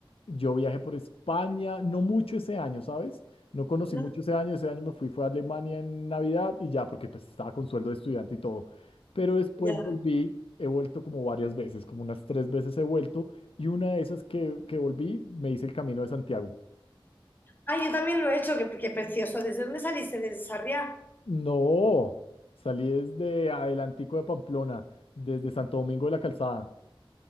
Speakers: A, on the left; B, on the left.
A: yo viajé por España, no mucho ese año, ¿sabes? No conocí
B: No,
A: mucho ese año, ese año me fui, fue a Alemania en Navidad y ya, porque pues estaba con sueldo de estudiante y todo. Pero después
B: ya.
A: volví, he vuelto como varias veces, como unas tres veces he vuelto, y una de esas que, que volví, me hice el camino de Santiago.
B: Ah, yo también lo he hecho, qué, qué precioso. ¿Desde dónde saliste? ¿Desde Sarriá?
A: No, salí desde Adelantico de Pamplona, desde Santo Domingo de la Calzada.